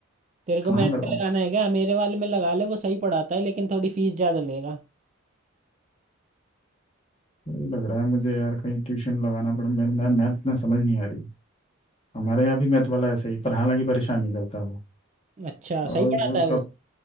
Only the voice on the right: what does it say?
तेरे को
मेहनत
का लगाना है क्या मेरे वाले में लगा ले वो सही पढ़ाता है लेकिन थोड़ी फीस ज्यादा लेगा
अच्छा
सही पढ़ाता
है वो